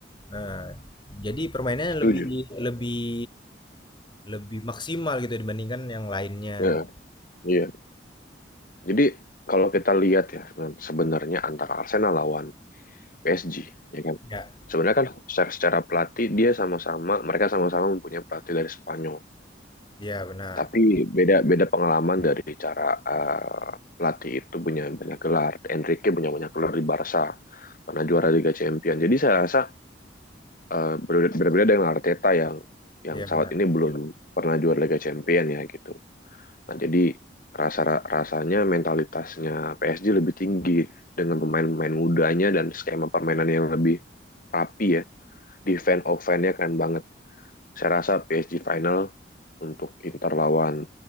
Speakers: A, on the left; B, on the left.
A: Nah, jadi permainannya
B: setuju.
A: lebih lebih lebih maksimal gitu dibandingkan yang lainnya.
B: Ya, iya. Jadi kalau kita lihat ya sebenarnya sebenarnya antara Arsenal lawan PSG, ya kan?
A: Ya,
B: Sebenarnya kan secara, secara pelatih dia sama-sama, mereka sama-sama mempunyai pelatih dari Spanyol.
A: iya benar.
B: Tapi beda beda pengalaman dari cara eh, pelatih itu punya banyak gelar. Enrique punya banyak gelar di Barca, pernah juara Liga Champions. Jadi saya rasa eh, berbeda, berbeda dengan Arteta yang yang
A: Iya
B: saat
A: benar.
B: ini belum pernah juara Liga Champion ya gitu. Nah, jadi rasa rasanya mentalitasnya PSG lebih tinggi dengan pemain-pemain mudanya dan skema permainan yang lebih rapi ya. Defense offense-nya keren banget. Saya rasa PSG final untuk Inter lawan